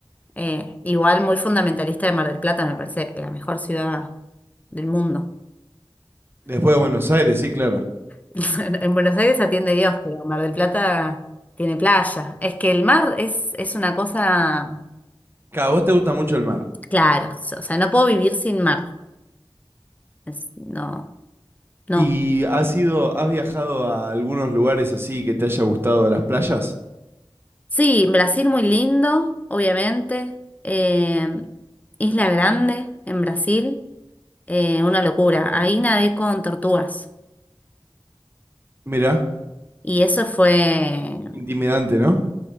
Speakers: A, on the left; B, on the right.
A: Eh, igual muy fundamentalista de Mar del Plata, me parece la mejor ciudad del mundo.
B: Después de Buenos Aires, sí, claro.
A: <laughs> En Buenos Aires atiende Dios, pero Mar del Plata tiene playa. Es que el mar es, es una cosa,
B: Claro, a vos te gusta mucho el mar.
A: claro, o sea, no puedo vivir sin mar. Es- no, no.
B: ¿Y has ido, has viajado a algunos lugares así que te haya gustado a las playas?
A: Sí, Brasil muy lindo, obviamente. Eh, Isla Grande en Brasil, eh, una locura. Ahí nadé con tortugas.
B: Mirá,
A: Y eso fue
B: intimidante, ¿no?